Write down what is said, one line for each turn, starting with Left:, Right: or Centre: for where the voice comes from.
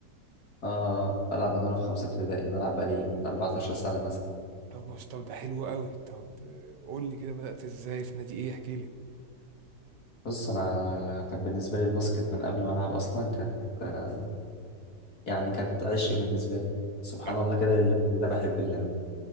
Left: اه بلعب من وانا في خمسة ابتدائي بلعب بقالي 14 سنة مثلا
Right: طب بص طب ده حلو قوي طب آه، قول لي كده بدأت ازاي في نادي ايه احكي لي
Left: بص انا كان بالنسبة لي الباسكت من قبل ما العب اصلا كانت آه يعني كانت عشق بالنسبة لي سبحان
Right: أه.
Left: الله كده لله لله بحب اللعب